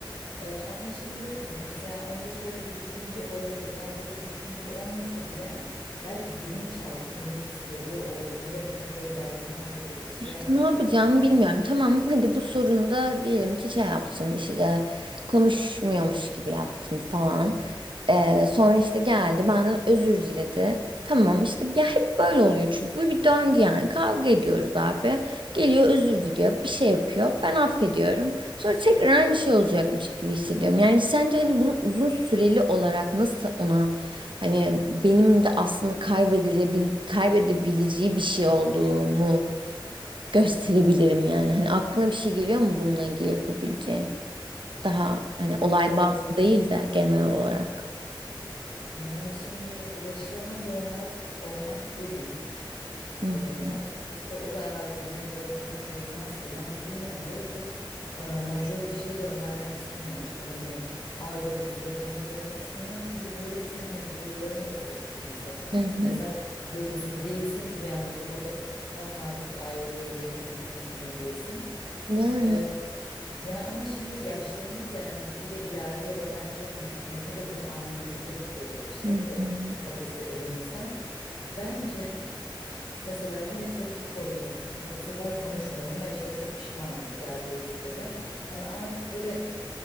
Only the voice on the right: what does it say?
İşte ne yapacağımı
bilmiyorum. Tamam hadi bu sorunda diyelim ki şey yaptım işte konuşmuyormuş gibi yaptım falan. Ee, sonra işte geldi benden özür diledi. Tamam işte ya hep böyle oluyor çünkü bu bir döngü yani kavga ediyoruz abi. Geliyor özür diliyor bir şey yapıyor ben affediyorum. Sonra tekrar aynı şey olacakmış gibi hissediyorum. Yani sence hani bunu uzun süreli olarak nasıl ona hani benim de aslında kaybedebil kaybedebileceği bir şey olduğumu gösterebilirim yani. Hani aklına bir şey geliyor mu bununla ilgili yapabileceğim? Daha hani olay
bazlı değil de genel olarak.
Hı
hı.
Hı hı.
Yani.
Hı hı.